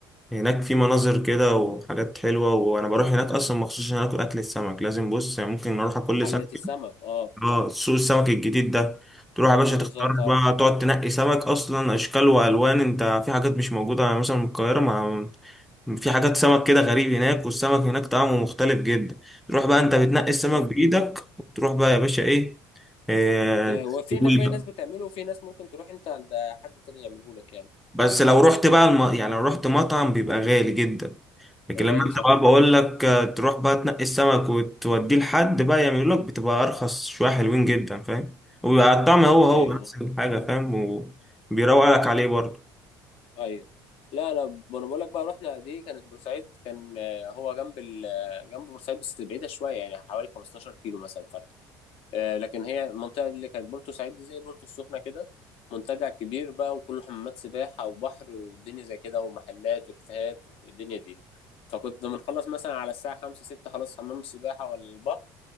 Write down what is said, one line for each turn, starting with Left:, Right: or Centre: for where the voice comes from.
Centre: هناك في مناظر كده وحاجات حلوه وانا بروح هناك اصلا مخصوص عشان اكل اكل السمك لازم بص يعني ممكن اروح كل
Left: حلقة
Centre: سنه
Left: السمك
Centre: كده
Left: اه
Centre: اه سوق السمك الجديد ده تروح يا باشا
Left: بالظبط
Centre: تختار
Left: عارف
Centre: بقى تقعد تنقي سمك اصلا اشكال والوان انت في حاجات مش موجوده يعني مثلا من القاهره ما في حاجات سمك كده غريب هناك والسمك هناك طعمه مختلف جدا تروح بقى انت بتنقي السمك
Left: صح
Centre: بايدك وتروح بقى يا باشا ايه إيه،
Left: ت- وفي
Centre: تسويه
Left: هناك باقي
Centre: بقى.
Left: ناس بتعمله وفي ناس ممكن تروح انت عند حد تاني يعمله لك يعني
Centre: بس لو رحت بقى الم... يعني لو رحت مطعم بيبقى غالي جدا لكن
Left: غالي
Centre: لما انت
Left: صح
Centre: بقى بقول لك آه، تروح بقى تنقي السمك وتوديه لحد بقى يعمل لك بتبقى ارخص شويه حلوين جدا فاهم وبيبقى الطعم هو هو
Left: ايوه
Centre: نفس
Left: ايوه
Centre: الحاجه فاهم وبيروق لك عليه برضه
Left: أيوة. لا انا ب- انا بقول لك بقى رحنا دي كانت بورسعيد كان آه، هو جنب ال... آه، جنب بورسعيد بس بعيدة شوية يعني حوالي 15 كيلو مثلا آه، لكن هي المنطقة اللي كانت بورتو سعيد دي زي بورتو السخنة كده منتجع كبير بقى وكله حمامات سباحة وبحر والدنيا زي كده ومحلات وكافيهات والدنيا دي فكنت بنخلص مثلا على الساعة خمسة ستة خلاص حمام السباحة ولا البحر